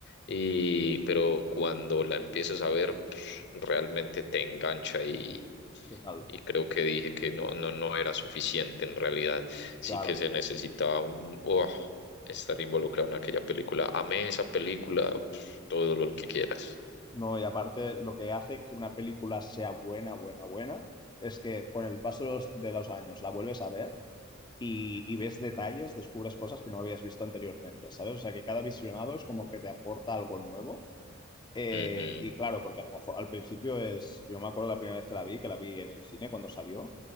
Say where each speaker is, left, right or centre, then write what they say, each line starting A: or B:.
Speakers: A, on the left; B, on the left.
A: sí,
B: Y,
A: sí.
B: pero cuando la empiezas a ver, <sniffs> realmente te engancha y,
A: Total,
B: y creo que dije que no, no, no era suficiente en realidad. Sí
A: claro.
B: que se necesitaba un- oh, estar involucrado en aquella película. Amé esa película, <sniffs> todo lo que quieras.
A: No, y aparte, lo que hace que una película sea buena, buena, buena, es que con el paso de los, de los años la vuelves a ver y, y ves detalles, descubres cosas que no habías visto anteriormente, ¿sabes? O sea, que cada visionado es como que te aporta algo nuevo Eh,
B: Ujú.
A: y claro, porque a lo mejor al principio es, yo me acuerdo la primera vez que la vi, que la vi en el cine cuando salió,